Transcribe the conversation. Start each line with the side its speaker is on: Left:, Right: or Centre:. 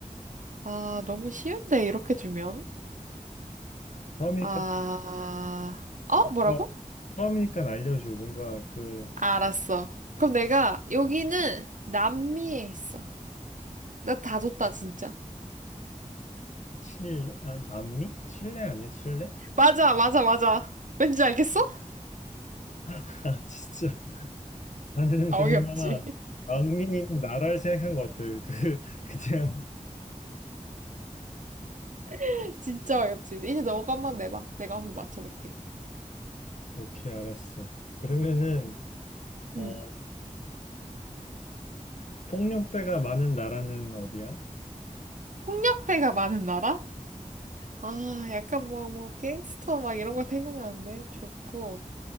Right: 아, 너무 쉬운데, 이렇게 주면?
Left: 처음이니까,
Right: 아, 어? 뭐라고?
Left: 그러니까 처음이니까 알려줘. 뭔가 그,
Right: 알았어. 그럼 내가, 여기는 남미에 있어. 나 다 줬다, 진짜.
Left: 칠레, 아, 남미? 칠레 아니야, 칠레?
Right: 맞아, 맞아, 맞아. 왠지 알겠어?
Left: <laughs> 아, 진짜. 나는
Right: 아,
Left: 그냥
Right: 어이없지.
Left: 남미는 나라를 생각한 것 같아. 그 그냥 <laughs>
Right: <laughs> 진짜 어이없지. 이제 너가 한번 내봐. 내가 한번 맞춰볼게.
Left: 오케이 알았어. 그러면은 어
Right: 응.
Left: 폭력배가 많은 나라는 어디야?
Right: 폭력배가 많은 나라? 아, 약간 뭐, 뭐, 갱스터 막 이런 거 생각나는데. 조폭.